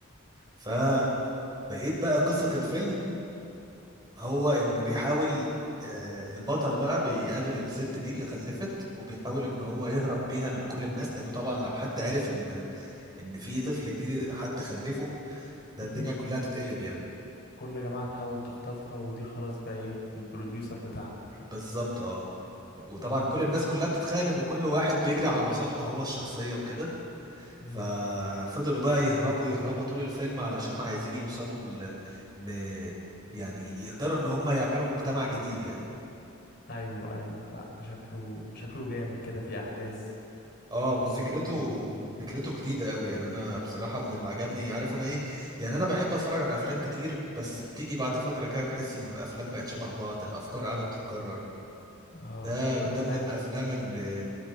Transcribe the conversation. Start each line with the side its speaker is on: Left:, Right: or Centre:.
Right: فبقيت بقى قصة الفيلم هو انه بيحاول آه، البطل بقى بيقابل الست دي اللي خلفت وبيحاول ان هو يهرب بيها من كل الناس لانه طبعا لو حد عرف ان ان في طفل جديد حد خلفه ده
Left: مم.
Right: الدنيا كلها تتقلب يعني
Left: كل جماعة تحاول تخطفها ودي خلاص بقى إيه البروديوسر بتاعنا
Right: بالظبط اه وطبعا
Left: مم،
Right: كل الناس كلها بتتخانق وكل واحد بيجري على مصالحه هو الشخصية وكده
Left: مم.
Right: ففضلوا بقى يهربوا يهربوا طول الفيلم علشان عايزين يوصلوا ل... ل... يعني يقدروا ان هم يعملوا مجتمع جديد يعني
Left: أيوه أيوه لا ده شكله شكله جامد كده في أحداث
Right: اه وفكرته
Left: قصته
Right: فكرته جديدة قوي يعني انا بصراحة من اللي عجبني عارف انا ايه يعني انا بحب اتفرج على افلام كتير بس بتيجي بعد فترة كده تحس انه الافلام بقت شبه بعض الافكار قاعدة بتتكرر
Left: اه
Right: ده
Left: اللي
Right: ده
Left: هو أنا
Right: من
Left: عايز
Right: الافلام اللي